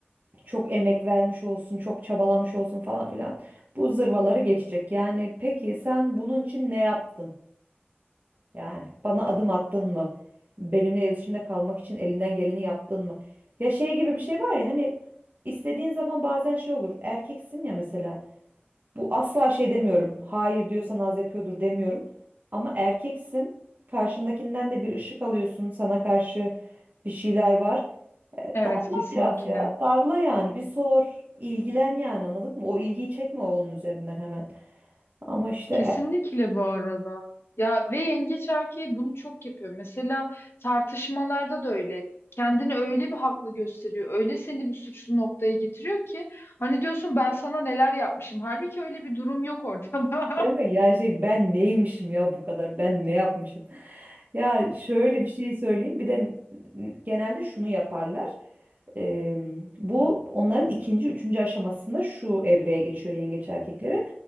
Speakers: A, on the right (about 50°); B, on the left (about 75°).
A: çok emek vermiş olsun, çok çabalamış olsun falan filan. Bu zırvaları geçecek. Yani peki sen bunun için ne yaptın? Yani bana adım attın mı? Benimle iletişimde kalmak için elinden geleni yaptın mı? Ya şey gibi bir şey var ya hani istediğin zaman bazen şey olur. Erkeksin ya mesela. Bu asla şey demiyorum. Hayır diyorsan az yapıyordur demiyorum. Ama erkeksin. Karşındakinden de bir ışık alıyorsun. Sana karşı bir şeyler var.
B: Evet
A: Ama
B: kesinlikle.
A: biraz ya darla yani bir sor. ilgilen yani anladın mı? O ilgiyi çekme onun üzerinden hemen. Ama işte
B: Kesinlikle bu arada. Ya ve yengeç erkeği bunu çok yapıyor. Mesela tartışmalarda da öyle. Kendini öyle bir haklı gösteriyor. Öyle seni bir suçlu noktaya getiriyor ki hani diyorsun ben sana neler yapmışım. Halbuki öyle bir durum yok ortada.
A: Değil mi? Yani şey ben neymişim ya bu kadar? Ben ne yapmışım? Ya şöyle bir şey söyleyeyim. Bir de n- genelde şunu yaparlar. Eee, bu onların ikinci, üçüncü aşamasında şu evreye geçiyor yengeç erkekleri.